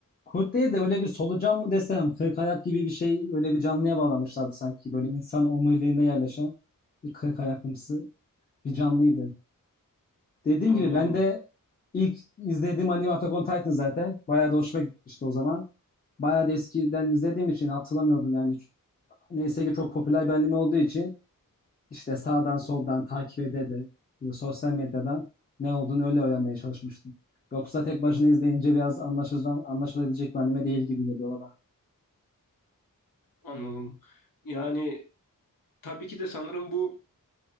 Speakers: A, on the left (about 25°); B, on the left (about 75°).
A: Kurt değil de böyle bir solucan mı desem, kırk ayak gibi bir şey öyle bir canlıya bağlamışlardı sanki. Böyle insan omuriliğinde yerleşen bir kırk ayaklımsı bir canlıydı. Dediğim
B: Anladım.
A: gibi ben de ilk izlediğim anime Attack on Titan zaten. Bayağı da hoşuma gitmişti o zaman. Bayağı da eskiden izlediğim için hatırlamıyordum yani. Neyse ki çok popüler bir anime olduğu için işte sağdan soldan takip ede de e, sosyal medyadan ne olduğunu öyle öğrenmeye çalışmıştım. Yoksa tek başına izleyince biraz anlaşılan, anlaşılabilecek bir anime değil gibi geliyor bana.
B: Anladım. Yani tabii ki de sanırım bu